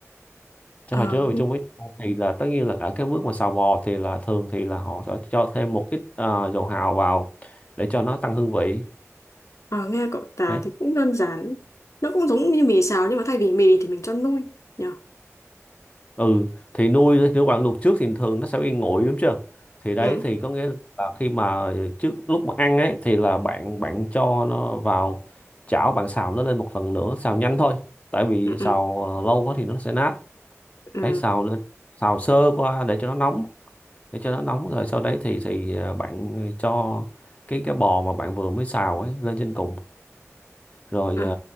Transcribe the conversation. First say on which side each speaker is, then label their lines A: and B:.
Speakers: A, on the left; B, on the left.
A: cho
B: ờ,
A: hai thứ vào chung với nhau thì là tất nhiên là ở cái bước mà xào bò thì là thường thì là họ sẽ cho thêm một ít ờ, dầu hào vào để cho nó tăng hương vị
B: ờ, nghe cậu tả
A: đấy
B: thì cũng đơn giản ấy. nó cũng giống như mì xào nhưng mà thay vì mì thì mình cho nuôi nhở
A: ừ thì nuôi nếu bạn luộc trước thì thường nó sẽ bị nguội đúng chưa thì đấy
B: ừ
A: thì có nghĩa là khi mà trước lúc mà ăn ấy thì là bạn bạn cho nó vào chảo bạn xào nó lên một lần nữa xào nhanh thôi tại vì
B: ừ
A: xào
B: ừ
A: ờ, lâu quá thì nó sẽ nát
B: ừ
A: đấy xào lên xào sơ qua để cho nó nóng để cho nó nóng rồi sau đấy thì thì ờ, bạn cho cái cái bò mà bạn vừa mới xào ấy lên trên cùng rồi
B: ờ,
A: à,